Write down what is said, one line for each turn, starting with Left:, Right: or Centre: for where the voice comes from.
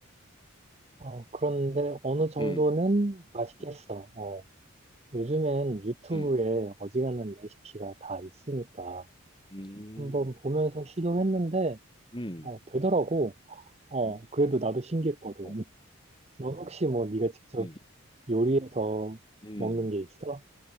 Right: 어, 그런데 어느 정도는
Left: 음,
Right: 맛있겠어.
Left: 음,
Right: 어, 요즘엔 유튜브에
Left: 음,
Right: 어지간한 레시피가 다 있으니까
Left: 음,
Right: 한번 보면서 시도했는데,
Left: 음,
Right: 어, 되더라고. 어,
Left: 음,
Right: 그래도 나도 신기했거든.
Left: 어,
Right: 넌 혹시 뭐 네가 직접
Left: 음,
Right: 요리해서
Left: 음.
Right: 먹는 게 있어?